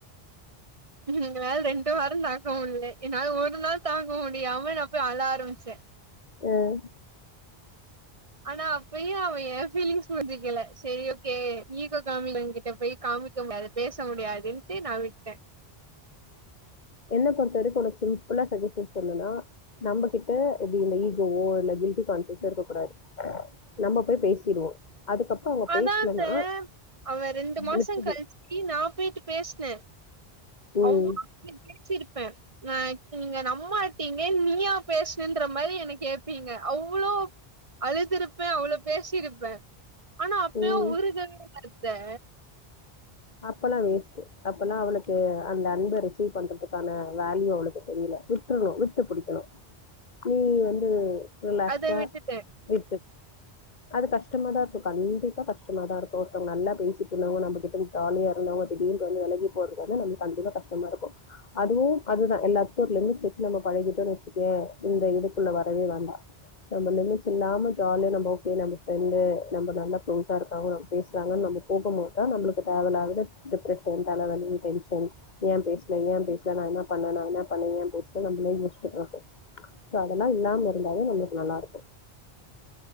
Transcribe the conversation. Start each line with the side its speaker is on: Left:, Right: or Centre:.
Right: எங்களால ரெண்டு வாரம் தாக்க முடியல என்னால ஒரு நாள் தாங்க முடியாம நா போய் அழ ஆரம்பிச்சே
Left: ம்
Right: ஆனா அப்பயும் அவ என் பீலிங்ஸ் புரிச்சிக்கல செரி ஓகே ஈகோ காமிக்கிறவங்க கிட்ட போயி காமிக்க முடியாது பேச முடியாதுன்ட்டு நா விட்டே
Left: என்ன பொறுத்த வரைக்கு உனக்கு சிம்பிளா சஜிஷன் சொன்னுனா நம்ம கிட்ட எப்டி இந்த ஈகோவோ இல்ல கில்டி கான்சிஸ் இருக்க கூடாது நம்ம போயி பேசிடுவோ அதுக்கப்றோ அவங்க
Right: அதான்த்தே
Left: பேசலனா
Right: அவன் ரெண்டு மாசம்
Left: விட்டுடு
Right: கழிச்சு நா போயிட்டு பேசுன
Left: ம்
Right: அவ்ளோவு <inaudible> பேச்சிருக்கு ப்ப அ நீங்க நம் மாட்டீங்க நீயா பேசணுன்ற மாரி என்ன கேப்பீங்க அவ்ளோ அழுதுருப்பே அவ்ளோ பேசிருப்பே ஆனா அப்பையு
Left: ம்
Right: ஒரு தடவ அத்தே
Left: அப்பன்னா வேஸ்ட்டு அப்பன்னா அவளுக்கு அந்த அன்ப ரிசீவ் பண்றதுக்கான வேல்யூ அவளுக்கு தெரியல விட்டுர்ணு விட்டு புடிக்கணு நீ வந்து ரிலாக்ஸா
Right: அத விட்டுட்டே
Left: விட் அது கஷ்டமா தா இருக்கு கண்டிப்பா கஷ்டமா தா இருக்கு ஒருத்தவங்க நல்லா பேசிட்டு இருந்தவங்க நம்ம கிட்ட ஜாலியா இருந்தவங்க திடீர்ன்னு வந்து விலகி போறதுக்காக நம்ம கண்டிப்பா கஷ்டமாருக்கு அதே அதுதா எல்லாத்துக்கும் ஒரு லிமிட்ஸ் வச்சு நம்ம பழகிட்டோன்னு வெச்சுக்கே இந்த இதுக்குள்ள வரவே வேண்டா நம்ம லிமிட்ஸ் இல்லாம ஜாலியா நம்ம ஒகே நம்ம ஃப்ரண்ட்டு நம்ப நல்லா பெளசா இருக்காவு பேசறாங்க நம்ம போகும் போதுதா நம்மளுக் இப்ப தேவல்லாதது டிப்ரஷன் தலைவலி டென்ஷன் ஏன் பேசல ஏன் பேசல நா என்ன பண்ணுனே நா என்ன பண்ணில ஏன் பேசில நம்மளே யோசிட்டு இருப்போ சோ அதெல்லா இல்லாம இருந்தாவே நம்மளுக்கு நல்லாருக்கு